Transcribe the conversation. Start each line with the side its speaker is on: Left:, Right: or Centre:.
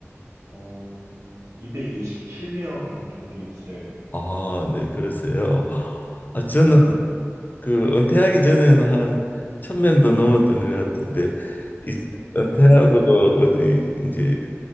Right: 음, 227명 정도 있어요.
Left: 아, 네. 그러세요. 아, 저는
Right: 네.
Left: 그 은퇴하기 전에는 한 천 명도 넘었던 것 같은데 이제 은퇴하고 어디 이제